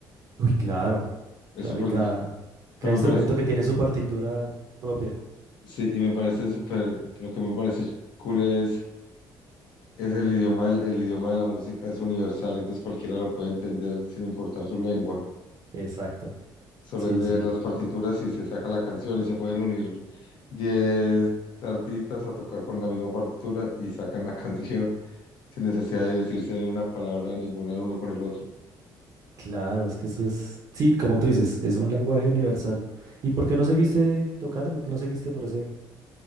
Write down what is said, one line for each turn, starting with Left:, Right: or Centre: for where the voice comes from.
Right: Uy, claro,
Left: Es
Right: claro,
Left: súper
Right: y cada,
Left: difícil.
Right: cada
Left: Pero
Right: instrumento
Left: me parece.
Right: que tiene su partitura propia.
Left: Sí, y me parece súper, lo que me parece cool es, es el idioma, el, el idioma de la música es universal, entonces cualquiera lo puede entender sin importar su lengua.
Right: Exacto,
Left: Solo
Right: sí,
Left: es leer
Right: sí,
Left: las partituras y se saca la canción y se pueden unir 10 artistas a tocar con la misma partitura y sacan la <laughs> canción sin necesidad de decirse una palabra ninguna el uno con el otro.
Right: claro, es que eso es, sí, como tú dices, es un lenguaje universal. ¿Y por qué no seguiste tocando? ¿Por qué no seguiste por ese,